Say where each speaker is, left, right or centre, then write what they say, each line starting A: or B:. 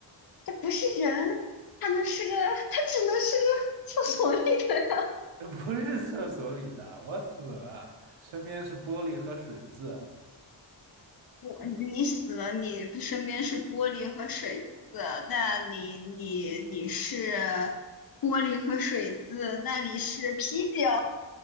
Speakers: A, on the left (about 50°); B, on the right (about 85°).
A: 它不是人，它能是个，它只能是个厕所里的人
B: <laughs> 这不是厕所里的，我死了，身边是玻璃和水渍。
A: 我你死了，你不身边是玻璃和水渍，那你你你是玻璃和水渍，那里是啤酒，